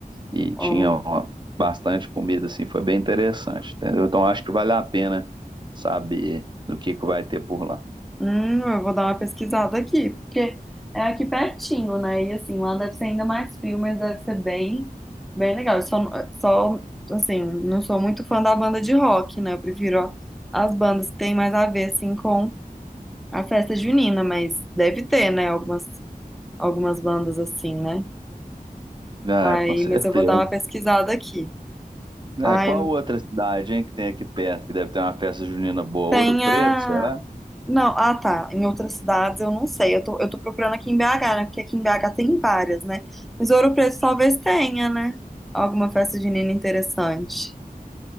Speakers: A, on the right; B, in the centre.
A: e
B: ó.
A: tinha uma- bastante comida assim, foi bem interessante, entendeu? Então acho que vale a pena saber do que que vai ter por lá.
B: Hum, eu vou dar uma pesquisada aqui, porque é aqui pertinho, né? E assim, lá deve ser ainda mais frio, mas deve ser bem, bem legal. Eu só, só, assim, não sou muito fã da banda de rock, né? Eu prefiro ó, as bandas que têm mais a ver, assim, com a festa junina, mas deve ter, né? Algumas, algumas bandas assim, né?
A: Ah,
B: Aí,
A: com certeza.
B: mas eu vou dar uma pesquisada aqui.
A: É,
B: Ai,
A: qual outra cidade, hein, que tem aqui perto que deve ter uma festa junina boa?
B: tem
A: Ouro Preto,
B: a.
A: será?
B: Não, ah tá. Em outras cidades eu não sei. Eu tô, eu tô procurando aqui em BH, né? Porque aqui em BH tem várias, né? Mas Ouro Preto talvez tenha, né? Alguma festa junina interessante.